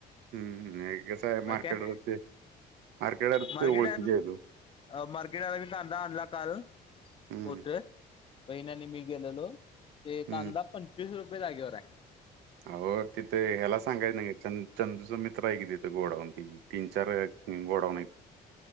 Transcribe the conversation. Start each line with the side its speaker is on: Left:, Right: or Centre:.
Right: हम्म, हम्. कसाय,
Left: बाकी
Right: मारकेट
Left: काय
Right: ते, मार्केटरत
Left: मार्केट
Right: ओळकीचेेय तो.
Left: अ मार्केट आला मी कांदा आणला काल.
Right: हम्म
Left: होते, बहिणनी मी गेलेलो. ते
Right: हम्म
Left: कांदा पंचवीस रुपये जागेवराय.
Right: अहो, तिथे ह्याला सांगायच नाही. च चंदूचं मित्रय की तिथं. गोडावून ति. तीन- चार गोडावूनयत.